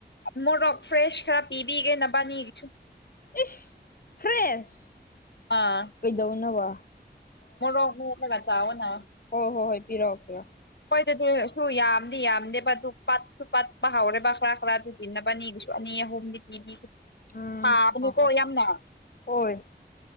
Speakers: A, on the left; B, on the left.
A: ꯃꯣꯔꯣꯛ ꯐ꯭ꯔꯦꯁ ꯈꯔ ꯄꯤꯕꯤꯒꯦ ꯅꯕꯥꯅꯤꯒꯤꯁꯨ
B: ꯏꯁ ꯐ꯭ꯔꯦꯁ
A: ꯑꯥ
B: ꯀꯩꯗꯧꯅꯕꯥ
A: ꯃꯣꯔꯣꯛ ꯃꯦꯠꯂꯒꯥ ꯆꯥꯑꯣꯅꯥ
B: ꯍꯣ ꯍꯣꯏ ꯍꯣꯏ ꯄꯤꯔꯛꯑꯣ ꯄꯤꯔꯛꯑꯣ
A: ꯑꯩꯈꯣꯏꯗꯗꯤ ꯁꯨ ꯌꯥꯝꯗꯤ- ꯌꯥꯝꯗꯦꯕ ꯑꯗꯨ ꯄꯠꯁꯨ- ꯄꯠꯄ ꯍꯧꯔꯦꯕ ꯈꯔ ꯈꯔ ꯑꯗꯨ ꯅꯕꯅꯤꯒꯤꯁꯨ ꯑꯅꯤ ꯅꯤ ꯍꯨꯝꯗꯤ ꯄꯤꯕꯤꯒꯦ
B: ꯎꯝ
A: ꯁꯥꯕꯅꯤꯀꯣ
B: ꯍꯣꯏ
A: ꯌꯥꯝꯅ
B: ꯍꯣꯏ ꯍꯣꯏ